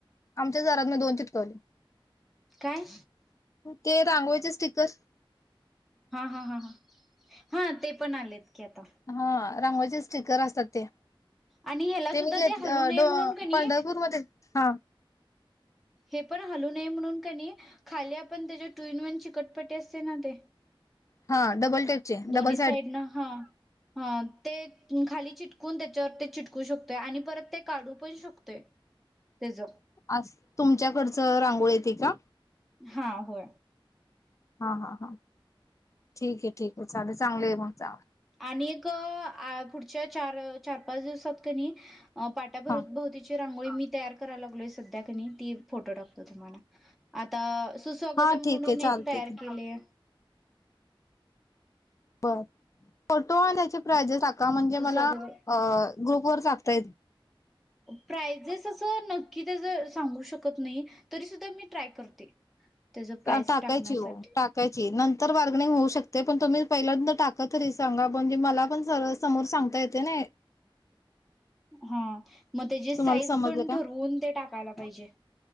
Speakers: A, on the left; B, in the centre.
A: आमच्या दारात मी दोन चिटकवले.
B: काय
A: ते रांगोळीचे स्टीकर
B: हा हा हा ह हा ते पण आलेत. की आता
A: हा रांगोळीचे स्टिकर अस तात ते
B: आणि ह्याला
A: ते
B: सुद्धा
A: मी घेतल
B: हलू नये
A: डो
B: म्हणून कणी
A: पंढरपूरमध्ये हा
B: हे पण हालू नये म्हणून कणी खाली आपण त्याच्या टू इन वन चिकटपटी असते ना ते
A: हा डबल टेकचे डबल
B: दोन्ही साईड ना हा हा ते खाली चिटकून त्याच्यावर ते चिटकू शकतोय आणि परत ते काढू पण शकतोय त्याच
A: अस तुमच्याकडचं रांगोळी येते का?
B: हा होय
A: हा हा हा ठीक आहे ठीक आहे चालेल चांगली आहे मग जावा
B: आणि एक पुढच्या चार चार पाच दिवसात कणी अ पाटा भर
A: हा
B: बहुतीची रांगोळी मी तयार करायला लागलोय सध्या कणी ती फोटो टाकतो तुम्हाला आता सुस्वागतम
A: हा ठीक
B: म्हणून
A: आहे चालते
B: एक तयार
A: की
B: केले आहे.
A: बर, फोटो त्याची प्रायजेस टाक का म्हणजे
B: सुस्वागत
A: मला ग्रुप वर सांगता येत.
B: प्रायजेस असं नक्की त्याच सांगू शकत नाही तरी सुद्धा मी ट्राय करते. त्याच प्राईज
A: टाकायची
B: टाकण्यासाठी
A: हो टाकायची नंतर बार्गनिंग होऊ शकते पण तुम्ही पहिल्यांदा टाका तरी सांगा म्हणजे मला पण समोर सांगता येते ना
B: हा मग त्याची साईज
A: तुम्हाला समजलं
B: पण
A: का
B: ठरवून ते टाकायला पाहिजे